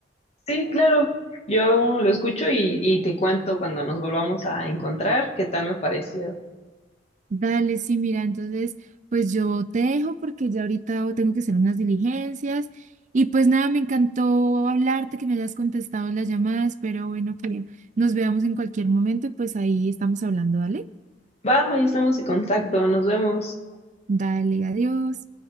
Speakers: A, on the left; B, on the right.
A: Sí, claro, yo lo escucho y, y te cuento cuando nos volvamos a encontrar qué tal me pareció.
B: Dale, sí, mira, entonces, pues yo te dejo porque ya ahorita tengo que hacer unas diligencias. Y pues nada, me encantó hablarte, que me hayas contestado las llamadas, pero bueno, que nos veamos en cualquier momento y pues ahí estamos hablando, ¿dale?
A: Vamos, ahí estamos en contacto, nos vemos.
B: Dale, adiós.